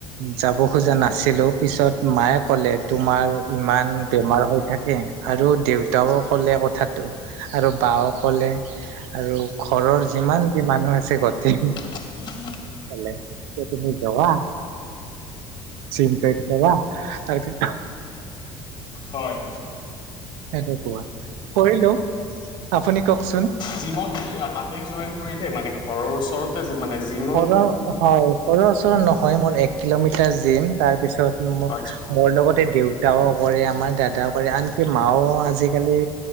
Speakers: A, on the right (about 85°); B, on the left (about 40°).
A: যাব খোজা নাছিলোঁ, পিছত মায়ে ক'লে তোমাৰ ইমান বেমাৰ হৈ থাকে আৰু দেউতাও ক'লে কথাটো, আৰু বাও ক'লে আৰু ঘৰৰ যিমান মানুহ আছে গতি
B: <unintelligible>
A: কলে, যে তুমি যৱা চিন্তা কৰা, তাৰপি
B: হয়।
A: সেনেকুৱা কৰিলো, আপুনি কওকচোন।
B: জিমত কি তাতে জইন কৰিলে মানে ঘৰৰ ওচৰতে মানে জিম
A: ঘৰৰ হয়, ঘৰৰ ওচৰ নহয় মোৰ এক কিলোমিটাৰ জিম, তাৰ পিছত মো-মোৰ
B: আচ্ছা
A: লগতে দেউ তাও কৰে আমাৰ, দাদাও কৰে, আনকি মাও আজিকালি